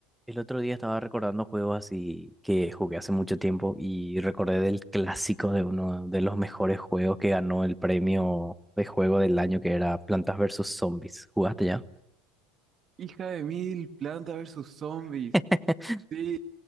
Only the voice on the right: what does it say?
Hija de mil, Planta versus Zombies.
Sí,